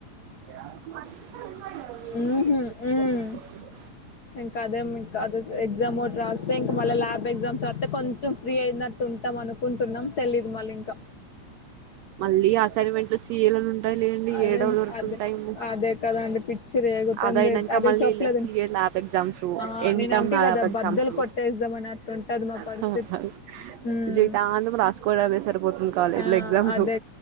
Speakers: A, on the right (about 85°); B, on the left (about 55°).
A: <unintelligible>
B: ఉహు ఉ ఇంకా అదేం ఇంకా ఎగ్జామ్ ఒకటి రాస్తే ఇంక మళ్ళ ల్యాబ్ ఎగ్జామ్స్ రాస్తే కొంచెం ఫ్రీ అయినట్టు ఉంటది అనుకుంటున్నాం తెలిదు మళ్లీ ఇంక
A: మళ్ళీ అసైన్మెంట్ లో సీఏలులను ఉంటాయిలేండి
B: అదే
A: ఏడవ దొరుకుతుంది
B: అదే
A: టైము
B: అదే కదండి పిచ్చి రేగుతుంది
A: అది అయినాక
B: అదే
A: మళ్ళీ
B: చెప్పలేదు
A: ఇలా సిఎ లాబ్ ఎగ్జామ్
B: ఆ
A: ఎగ్జామ్స్
B: నేను అంటే కదా బద్దలు కొట్టేద్దామని అట్టుంటది మా పరిస్థితి
A: <unintelligible>
B: ఉమ్
A: జీవితాంతం రాసుకోవడమే సరిపోతుంది కాలేజ్
B: ఆ
A: లో ఎగ్జామ్స్
B: అదే